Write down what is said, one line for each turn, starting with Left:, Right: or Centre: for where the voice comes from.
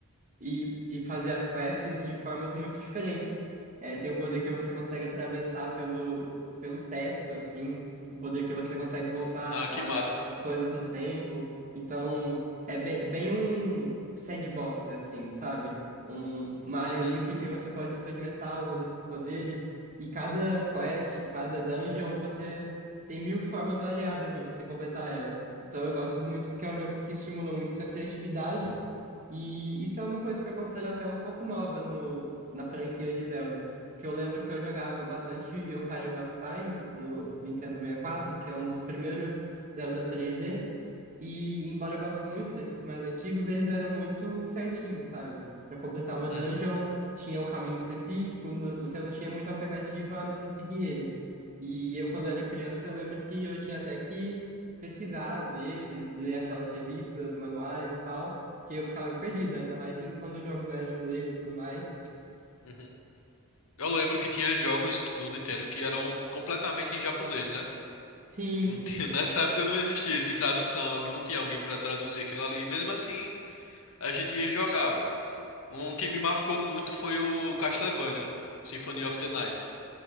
Right: e, e fazer as quests de formas muito diferentes. É, tem um poder que você consegue atravessar pelo, pelo teto, assim, um poder que você consegue voltar
Left: Ah,
Right: as,
Left: que massa.
Right: as coisas no tempo. Então, é bem, bem um sandbox, assim, sabe? Um, uma área
Left: Uhum,
Right: livre que você pode experimentar usando esses poderes. E cada quest, cada dungeon, você tem mil formas variadas de você completar ela. Então, eu gosto muito porque é um jogo que estimula muito sua criatividade e isso é uma coisa que eu considero até um pouco nova no, na franquia de Zelda. Que eu lembro que eu jogava bastante Ocarina of Time no Nintendo 64, que é um dos primeiros Zeldas 3D, e embora eu goste muito desses mais antigos, eles eram muito certinhos, sabe? Para completar uma dungeon,
Left: uhum,
Right: tinha um caminho específico, não- você não tinha muita alternativa a não ser seguir ele. E eu, quando era criança, eu lembro que eu tinha até que pesquisar, às vezes, ler aquelas revistas, manuais e tal, que eu ficava perdido, ainda mais em- quando o jogo era em inglês e tudo mais.
Left: uhum. Eu lembro que tinha jogos que- no Nintendo que eram completamente em japonês, né?
Right: Sim,
Left: E não tinha- <laughs> nessa época não existia isso de tradução, alguém- não tinha alguém pra traduzir aquilo ali, e mesmo assim a gente ia e jogava. Um que me marcou muito foi o Castlevania, Symphony of the Night.